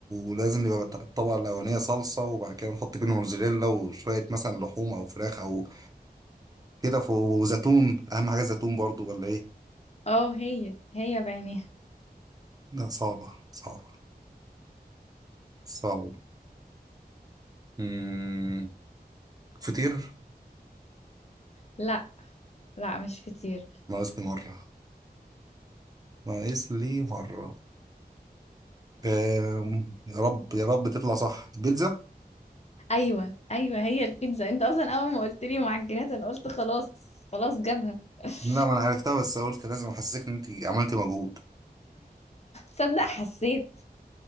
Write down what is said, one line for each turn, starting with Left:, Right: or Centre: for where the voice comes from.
Right: ولازم يبقى الط- الطبقة الأولانية صلصة وبعد كده نحط جبنة موتزاريلا وشوية مثلا لحوم أو فراخ أو كده ف... وزيتون أهم حاجة زيتون برضو ولا إيه؟
Left: اه هي هي بعينيها
Right: لا صعبة صعبة صعبة مم... فطير
Left: لا لا مش فطير
Right: ناقص لي مرة ناقص لي مرة آم، يا رب يا رب تطلع صح البيتزا
Left: ايوه ايوه هي البيتزا انت اصلا اول ما قلت لي معجنات انا قلت خلاص خلاص جابها <laughs>
Right: لا ما انا عرفتها بس قلت لازم احسسك ان انت عملتي مجهود
Left: تصدق حسيت